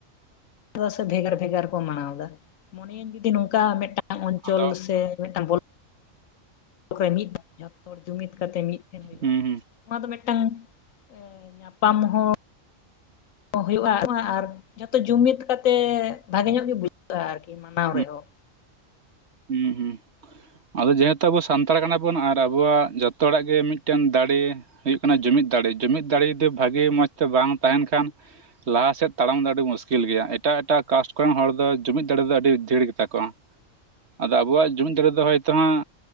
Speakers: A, on the left; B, on the right.
A: ᱥᱮ ᱵᱷᱮᱜᱟᱨ ᱵᱷᱮᱜᱟᱨ ᱠᱚ ᱢᱟᱱᱟᱣᱫᱟ᱾ ᱢᱚᱱᱮᱭᱧ ᱡᱩᱫᱤ ᱱᱚᱝᱠᱟ ᱢᱤᱫᱴᱟᱝ ᱚᱧᱪᱚᱞ
B: ᱟᱫᱚ
A: ᱥᱮ ᱢᱤᱫᱟᱝ ᱵᱚ ᱞᱚᱠ ᱨᱮ ᱢᱤᱫ ᱫᱷᱟᱣ ᱡᱷᱚᱛᱚ ᱡᱩᱢᱤᱫ ᱠᱟᱛᱮ ᱢᱤᱫ ᱫᱷᱮᱱ ᱦᱩᱭᱩᱜᱼᱟ,
B: ᱦᱩᱸ ᱦᱩᱸ
A: ᱚᱱᱟ ᱫᱚ ᱢᱤᱫᱴᱟᱝ ᱮ ᱧᱟᱯᱟᱢ ᱦᱚᱸ ᱦᱚᱸ ᱦᱩᱭᱩᱜᱼᱟ ᱟᱨ ᱡᱷᱚᱛᱚ ᱡᱩᱢᱤᱫ ᱠᱟᱛᱮ ᱵᱷᱟᱜᱮ ᱧᱚᱜ ᱜᱮ ᱵᱩᱡᱷᱟᱹᱜᱼᱟ ᱟᱨᱠᱤ ᱢᱟᱱᱟᱣ
B: ᱦᱩᱸ
A: ᱨᱮᱦᱚᱸ᱾
B: ᱦᱩᱸ ᱦᱩᱸ᱾ ᱟᱫᱚ ᱡᱮᱦᱮᱛᱩ ᱟᱵᱚ ᱥᱟᱱᱛᱟᱲ ᱠᱟᱱᱟ ᱵᱚᱱ ᱟᱨ ᱟᱵᱚᱣᱟᱜ ᱡᱷᱚᱛᱚ ᱦᱚᱲᱟᱜ ᱜᱮ ᱢᱤᱫᱴᱟᱝ ᱫᱟᱲᱮ ᱦᱩᱭᱩᱜ ᱠᱟᱱᱟ ᱡᱩᱢᱤᱫ ᱫᱟᱲᱮ ᱡᱩᱢᱤᱫ ᱫᱟᱲᱮ ᱡᱚᱫᱤ ᱵᱷᱟᱜᱮ ᱢᱚᱡᱛᱮ ᱵᱟᱝ ᱛᱟᱦᱮᱸᱱ ᱠᱷᱟᱱ ᱞᱟᱦᱟ ᱥᱮᱫ ᱛᱟᱲᱟᱢ ᱫᱚ ᱟᱹᱰᱤ ᱢᱩᱥᱠᱤᱞ ᱜᱮᱭᱟ ᱮᱴᱟᱜ ᱮᱴᱟᱜ ᱠᱟᱥᱴ ᱠᱚᱨᱮᱱ ᱦᱚᱲ ᱫᱚ ᱡᱩᱢᱤᱫ ᱫᱟᱲᱮ ᱫᱚ ᱟᱹᱰᱤ ᱫᱷᱤᱲ ᱜᱮᱛᱟ ᱠᱚᱣᱟ᱾ ᱟᱫᱚ ᱟᱵᱚᱣᱟᱜ ᱡᱩᱢᱤᱫ ᱫᱟᱲᱮ ᱫᱚ ᱦᱚᱭᱛᱳ ᱦᱟᱸᱜ